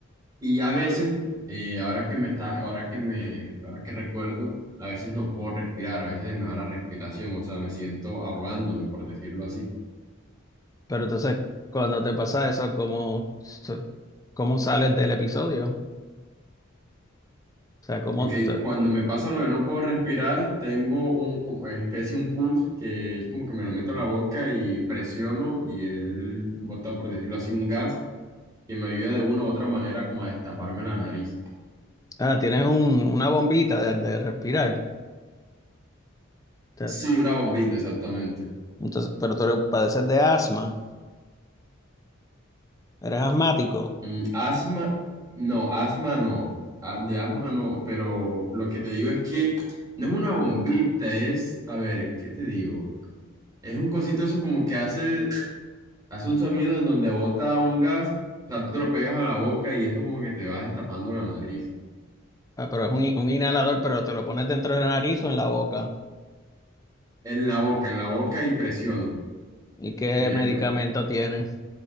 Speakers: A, on the right; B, on the left.
A: Y a veces, eh, ahora que me estás, ahora que me, ahora que recuerdo, a veces no puedo respirar, a veces me da la respiración, o sea, me siento ahogándome, por decirlo así.
B: Pero entonces, cuando te pasa eso, ¿cómo, se- cómo sales del episodio? O sea, ¿cómo
A: Ok,
B: te-
A: cuando me pasa lo de no puedo respirar, tengo un, como especie, un pus, que es como que me lo meto a la boca y presiono y él bota, por decirlo así, un gas que me ayuda de una u otra manera como a destaparme la nariz.
B: ah, tienes un- una bombita de, de respirar. Te-
A: Sí, una bombita, exactamente.
B: entonces, pero tú eres- padeces de asma, eres asmático.
A: Mm, asma, no, asma no, a- de asma no, pero lo que te digo es que no es una bombita, es, a ver, ¿qué te digo? Es un cosito eso como que hace, hace un sonido en donde bota un gas, o sea, tú te lo pegas a la boca y eso como que te vas destapando la nariz,
B: Ah, pero es un, in- un inhalador, pero te lo pones dentro de la nariz o en la boca.
A: en la boca, en la boca y presiono,
B: ¿Y qué
A: y el
B: medicamento tienes?